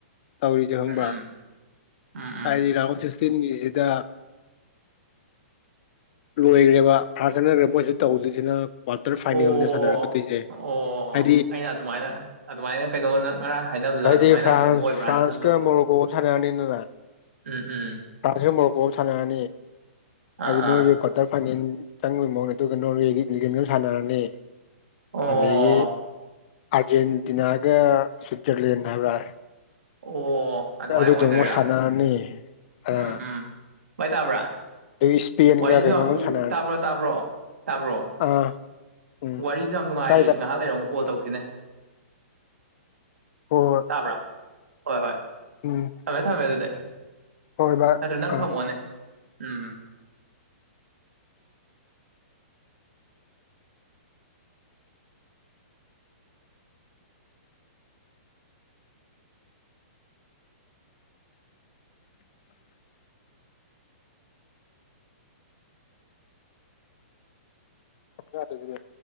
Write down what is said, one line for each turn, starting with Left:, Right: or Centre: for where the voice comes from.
Left: ꯇꯧꯔꯤꯗꯤ ꯈꯪꯕ꯭ꯔꯥ
Right: ꯎꯝ ꯎꯝ ꯎꯝ ꯎꯝ
Left: ꯍꯥꯏꯗꯤ ꯔꯥꯎꯟ ꯑꯣꯐ ꯁꯤꯛꯁꯇꯤꯟꯒꯤꯖꯤꯗ ꯂꯣꯏꯒ꯭ꯔꯦꯕ ꯐ꯭ꯔꯥꯟꯁ ꯆꯠꯅꯒ꯭ꯔꯦ ꯃꯣꯏꯖꯨ
Right: ꯑꯣ
Left: ꯇꯧꯗꯣꯏꯁꯤꯅ ꯀ꯭ꯋꯥꯇꯔ ꯐꯥꯏꯅꯦꯜꯅꯦ
Right: ꯑꯣ
Left: ꯁꯥꯟꯅꯔꯛꯀꯗꯣꯏꯖꯦ
Right: ꯑꯣ
Left: ꯍꯥꯏꯗꯤ
Right: ꯑꯩꯅ ꯑꯗꯨꯃꯥꯏꯅ ꯑꯗꯨꯃꯥꯏꯅ ꯀꯩꯅꯣ ꯅꯪ ꯉꯔꯥꯡ ꯍꯥꯏꯅꯕꯗꯨꯗ
Left: ꯍꯥꯏꯗꯤ
Right: ꯑꯗꯨꯃꯥꯏꯅ
Left: ꯐ꯭ꯔꯥꯟꯁ
Right: ꯀꯩꯅꯣ ꯑꯣꯏꯕ꯭ꯔꯥꯅ
Left: ꯐ꯭ꯔꯥꯟꯁꯀ
Right: ꯈꯜꯂꯨꯕ
Left: ꯃꯣꯔꯣꯀꯣꯒ ꯁꯥꯟꯅꯔꯅꯤꯗꯅ
Right: ꯎꯝ ꯎꯝ
Left: ꯐ꯭ꯔꯥꯟꯁꯀ ꯃꯣꯔꯣꯀꯣ ꯑꯝ ꯁꯥꯟꯅꯔꯅꯤ
Right: ꯑꯥ
Left: ꯍꯥꯏꯗꯤ ꯃꯣꯏꯖꯦ
Right: ꯑꯥ
Left: ꯈꯛ ꯀ꯭ꯋꯥꯇꯔ ꯐꯥꯏꯅꯦꯟ ꯆꯪꯕꯩ ꯃꯋꯣꯡꯗ ꯑꯗꯨꯒ ꯅꯣꯔꯋꯦꯒ ꯏꯪꯂꯦꯟꯒ ꯑꯝ ꯁꯥꯟꯅꯔꯅꯤ
Right: ꯑꯣ
Left: ꯑꯗꯒꯤ ꯑꯥꯔꯖꯦꯟꯇꯤꯅꯥꯒ ꯁ꯭ꯋꯤꯠꯖꯔꯂꯦꯟ ꯍꯥꯏꯕ꯭ꯔꯥ
Right: ꯑꯣ ꯑꯗꯨꯃꯥꯏꯟ
Left: ꯑꯗꯨꯗꯣ
Right: ꯑꯣꯏꯗꯣꯏꯔꯥ
Left: ꯑꯃꯨꯛ ꯁꯥꯟꯅꯔꯅꯤ
Right: ꯎꯝ
Left: ꯑꯥ
Right: ꯎꯝ ꯕꯥꯏ ꯇꯥꯕ꯭ꯔꯥ
Left: ꯑꯗꯒꯤ ꯏꯁꯄꯦꯟꯒ
Right: ꯋꯥꯔꯤꯁꯨ
Left: ꯀꯩꯅꯣꯒ
Right: ꯌꯥꯝ
Left: ꯑꯃ
Right: ꯎ
Left: ꯁꯥꯟꯅꯔꯅꯤ
Right: ꯇꯥꯕ꯭ꯔꯣ ꯇꯥꯕ꯭ꯔꯣ ꯇꯥꯕ꯭ꯔꯣ
Left: ꯑꯥ ꯎꯝ
Right: ꯋꯥꯔꯤꯁꯨ ꯌꯥꯝ ꯅꯨꯡꯉꯥꯏꯔꯤ
Left: ꯇꯥꯏ ꯇꯥꯏ
Right: ꯉꯍꯥꯛ ꯂꯩꯔ ꯑꯃꯨꯛ ꯀꯣꯜ ꯇꯧꯁꯤꯅꯦ
Left: ꯍꯣꯏ ꯍꯣꯏ
Right: ꯇꯥꯕ꯭ꯔꯥ ꯍꯣꯏ ꯍꯣꯏ
Left: ꯎꯝ
Right: ꯊꯝꯃꯦ ꯊꯝꯃꯦ ꯑꯗꯨꯗꯤ
Left: ꯍꯣꯏ ꯚꯥꯏ
Right: ꯅꯠꯇ꯭ꯔ ꯅꯪ
Left: ꯑꯥ
Right: ꯊꯝꯃꯣꯅꯦ ꯎꯝ
Left: ꯆꯥꯗꯣꯏꯅꯤ ꯅꯦ